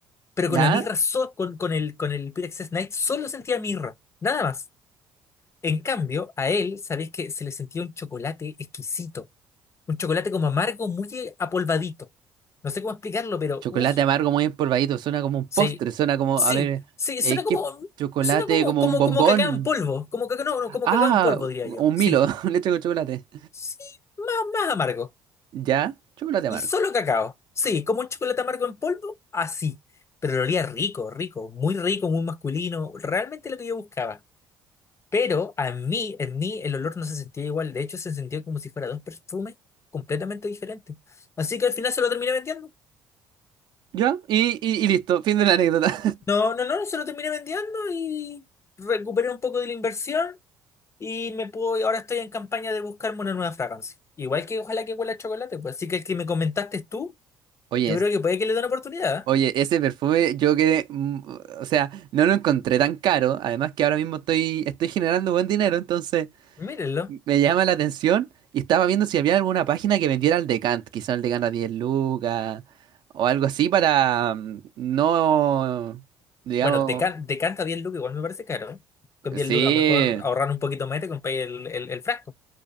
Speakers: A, on the left; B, on the right.
A: pero
B: ¿ya?
A: con la mirra, so- con, con el, con el Pyrex Knight solo sentía mirra, nada más. En cambio, a él, sabéis que se le sentía un chocolate exquisito, un chocolate como amargo, muy apolvadito. No sé cómo explicarlo, pero
B: Chocolate
A: uff,
B: amargo muy empolvadito, suena como un
A: sí,
B: postre, suena como,
A: sí,
B: a ver,
A: sí,
B: eh,
A: suena como,
B: ¿qué chocolate?
A: suena como,
B: Como
A: como,
B: un bombón.
A: como cacao en polvo, como cacao, no, no, como
B: Ah,
A: cacao en polvo, diría
B: un
A: yo, sí,
B: Milo, <laughs> leche con chocolate.
A: sí, más amargo,
B: Ya, chocolate amargo.
A: y solo cacao, sí, como un chocolate amargo en polvo, así. Pero lo olía rico, rico, muy rico, muy masculino, realmente lo que yo buscaba. Pero a mí, en mí, el olor no se sentía igual. De hecho, se sentía como si fuera dos perfumes completamente diferentes. Así que al final se lo terminé vendiendo.
B: Ya, y, y, y listo, fin de la anécdota.
A: No, no, no, se lo terminé vendiendo y recuperé un poco de la inversión y me puedo, ahora estoy en campaña de buscarme una nueva fragancia. Igual que ojalá que huela a chocolate, pues. Así que el que me comentaste tú,
B: <laughs> Oye,
A: yo
B: es-
A: creo que puede que le dé una oportunidad.
B: oye,
A: ¿eh?
B: ese perfume yo quedé, mm, o sea, no lo encontré tan caro, además que ahora mismo estoy, estoy generando buen dinero, entonces...
A: Mírenlo.
B: me llama la atención y estaba viendo si había alguna página que vendiera el Decant, quizá el Decant a 10 lucas o algo así para mm, no, digamos,
A: Bueno, decan- decanta 10 lucas, igual me parece caro, ¿eh? Con 10
B: sí,
A: lucas mejor ahorrar un poquito más y te compras el, el, el frasco.